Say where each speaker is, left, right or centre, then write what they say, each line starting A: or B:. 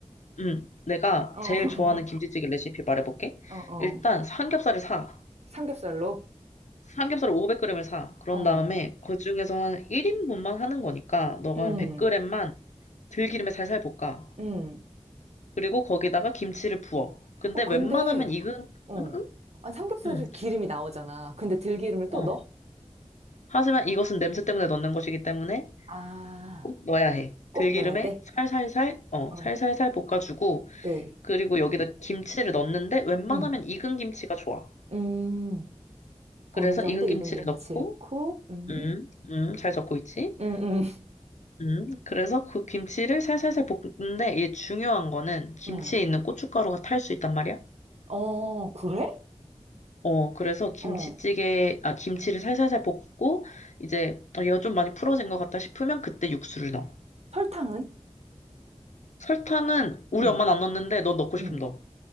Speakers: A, on the left; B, on the right.
A: 음, 내가
B: <laughs>
A: 제일 좋아하는 김치찌개 레시피 말해볼게.
B: 어, 어.
A: 일단 삼겹살을 사.
B: 삼겹살로?
A: 삼겹살을 500g을 사. 그런
B: 어.
A: 다음에 그 중에서 한 1인분만 하는 거니까 너가
B: 음,
A: 한 100g만 들기름에 살살 볶아.
B: 음.
A: 그리고 거기다가 김치를 부어. 근데
B: 어, 근데,
A: 웬만하면 익은,
B: 어.
A: 음, 음,
B: 아, 삼겹살에서
A: 음,
B: 기름이 나오잖아. 근데 들기름을
A: 어.
B: 또 넣어?
A: 하지만 이것은 냄새 때문에 넣는 것이기 때문에
B: 아,
A: 꼭 넣어야 해.
B: 꼭
A: 들기름에
B: 넣어야 돼?
A: 살살살, 어,
B: 어
A: 살살살 볶아주고
B: 네.
A: 그리고 여기다 김치를 넣는데 웬만하면
B: 음,
A: 익은 김치가 좋아.
B: 음, 어느
A: 그래서
B: 정도
A: 익은 김치를
B: 익은 김치
A: 넣고,
B: 넣고, 음,
A: 음, 음, 잘 적고 있지?
B: 음, 음,
A: 음, 그래서 그 김치를 살살살 볶는데 이게 중요한 거는 김치에
B: 음,
A: 있는 고춧가루가 탈 수 있단 말이야.
B: 어, 그래?
A: 어, 그래서 김치찌개,
B: 어,
A: 아, 김치를 살살살 볶고, 이제, 아, 얘가 좀 많이 풀어진 것 같다 싶으면 그때 육수를 넣어.
B: 설탕은?
A: 설탕은 우리
B: 음,
A: 엄마는 안 넣는데 넌 넣고 싶으면
B: 음,
A: 넣어.